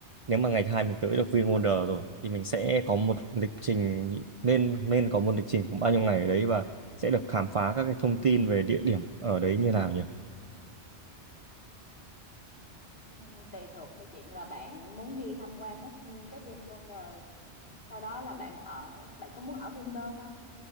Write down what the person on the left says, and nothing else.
Ừ, tùy thuộc theo chuyện là bạn muốn đi tham quan hết nguyên cái VinWonders sau đó là bạn ở bạn có muốn ở Vinpearl không